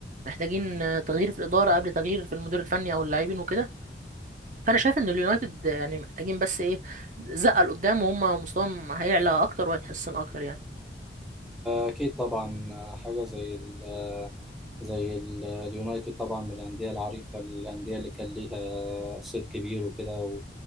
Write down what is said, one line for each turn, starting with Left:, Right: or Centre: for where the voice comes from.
Right: محتاجين آه، تغيير في الاداره قبل تغيير في المدير الفني او اللاعبين وكده فانا شايف ان اليونايتد آه، يعني محتاجين بس ايه زقه لقدام وهم مستواهم هيعلى اكتر وهيتحسن اكتر يعني
Centre: أكيد طبعا حاجة زي ال زي ال- اليونايتد طبعا من الأندية العريقة الأندية اللي كان ليها صيت كبير وكده و-